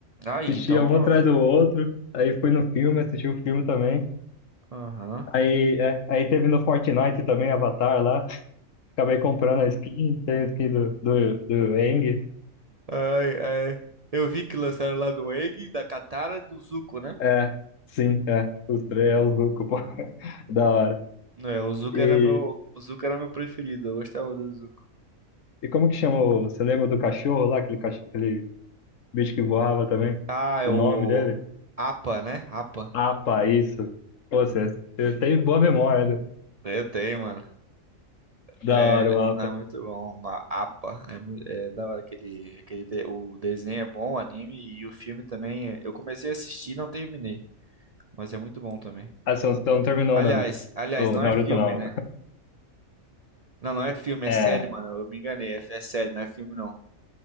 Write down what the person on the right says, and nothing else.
Aí,
então
pronto.
Aham.
Ai, ai. Eu vi que lançaram lá do Egg, da Katara e do Zuko, né?
É, o Zuko
era meu, o Zuko era meu preferido, eu gostava do Zuko.
Ah, é
o
APA, né? APA.
Eu tenho, mano.
É,
ele-
é muito bom, uma APA. É, mui- é da hora aquele, aquele de- o desenho é bom, o anime e o filme também. é- Eu comecei a assistir e não terminei, mas é muito bom também.
Aliás,
aliás,
não
é filme,
né? Não, não é filme,
é série, mano. Eu me enganei, é, é série, não é filme não,